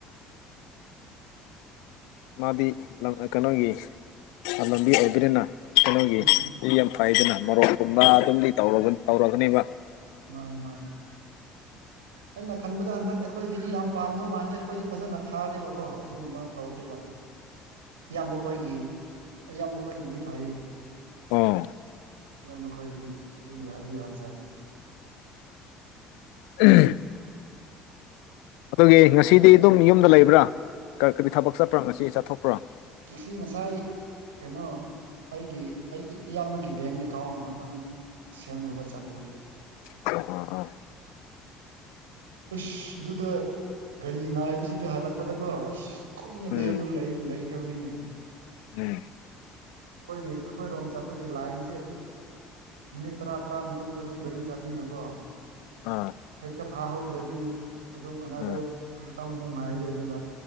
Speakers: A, on the left; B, on the right.
A: ꯃꯥꯗꯤ ꯀꯩꯅꯣꯒꯤ ꯂꯝꯕꯤ ꯑꯣꯏꯕꯅꯤꯅ ꯀꯩꯅꯣꯒꯤ
B: ꯎꯝ
A: ꯌꯥꯝ ꯐꯩꯗꯅ ꯃꯔꯣꯔꯣꯛꯀꯨꯝꯕ ꯑꯗꯨꯝꯗꯤ ꯇ ꯇꯧꯔꯒꯅꯦꯕ
B: ꯃꯥꯅꯦ ꯃꯥꯅꯦ ꯑꯩꯅ ꯈꯟꯕꯗ ꯍꯟꯗꯛ ꯑꯩꯈꯣꯏꯒꯤꯗꯤ ꯌꯥꯝ ꯄꯥꯝꯗꯧ ꯃꯥꯟꯗꯦ ꯑꯩꯈꯣꯏꯗꯤ ꯐꯖꯅ ꯊꯥꯗꯦꯕꯀꯣ ꯑꯗꯨꯒꯨꯝꯕ ꯇꯧꯗ꯭ꯔꯦꯔꯤꯕ ꯏꯌꯥꯝꯕ ꯑꯩ ꯈꯣꯏꯒꯤ ꯑꯌꯥꯝꯕ ꯈꯣꯏꯒꯤꯗꯤ ꯐꯪꯉꯤ
A: ꯑꯥ
B: ꯌꯥꯝ ꯃꯈꯣꯏꯒꯤꯗꯤ ꯑꯗꯨꯝ ꯌꯥꯗꯤ ꯌꯥꯕꯖꯥꯅꯤ
A: ꯎꯝ ꯑꯗꯨꯒꯤ ꯉꯁꯤꯗꯤ ꯑꯗꯨꯝ ꯌꯨꯝꯗ ꯂꯩꯕ꯭ꯔꯥ ꯀꯕꯤ ꯊꯕꯛ ꯆꯠꯄ꯭ꯔꯥ ꯉꯁꯤꯗꯤ ꯆꯠꯊꯣꯛꯄ꯭ꯔꯥ
B: ꯁꯤ ꯉꯁꯥꯏ ꯀꯩꯅꯣ ꯑꯩꯒꯤ ꯑꯩ ꯏꯌꯥꯝꯕꯒꯤ ꯕꯦꯡ ꯑꯦꯀꯥꯎꯟ ꯉꯍꯥꯛꯇꯪ ꯁꯦꯝꯂꯨꯕ ꯆꯠꯂꯨꯏ
A: ꯑꯣ
B: ꯑꯁ ꯑꯗꯨꯗ ꯒꯥꯔꯤ ꯉꯥꯏꯕꯁꯤꯗꯤ ꯍꯜꯂꯛꯄꯗꯀꯣ ꯑꯁ ꯀꯨꯏꯅꯦ
A: ꯎꯝ
B: ꯂꯩꯕ ꯂꯩꯈ꯭ꯔꯕꯅꯤꯅꯦ
A: ꯎꯝ
B: ꯑꯩꯈꯣꯏꯒꯤ ꯑꯩꯈꯣꯏꯔꯣꯝ ꯆꯠꯄꯒꯤ ꯂꯥꯏꯟꯁꯦ ꯃꯤꯅꯤꯠ ꯇꯔꯥ ꯇꯔꯥ ꯃꯇꯨꯡꯗ ꯑꯗꯨꯝ ꯒꯥꯔꯤ ꯆꯠꯅꯤꯅꯀꯣ
A: ꯑꯥ
B: ꯍꯦꯛꯇ ꯐꯥꯍꯧꯗ꯭ꯔꯗꯤ ꯑꯗꯨꯝ ꯑꯅꯥꯗ
A: ꯎꯝ
B: ꯑꯃꯨꯇꯪ ꯅꯨꯡ ꯉꯥꯏꯗꯣꯏꯅꯦꯕ